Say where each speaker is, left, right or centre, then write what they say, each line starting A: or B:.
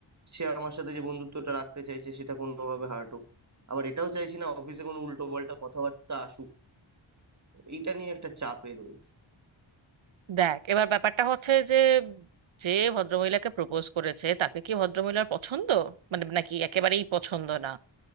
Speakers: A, on the right; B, on the right.
A: সে আমার সাথে যে বন্ধুত্বটা রাখতে চাইছে সেটা কোনোভাবে হার্ট হোক আবার এটাও চাইছি না অফিসে কোনো উল্টো পাল্টা কথাবার্তা আসুক এইটা নিয়ে একটা চাপে রয়েছে
B: দেখ এবার ব্যাপারটা হচ্ছে যে যে ভদ্রমহিলাকে প্রপোজ করেছে তাকে কি ভদ্রমহিলার পছন্দ মানে নাকি একেবারেই পছন্দ না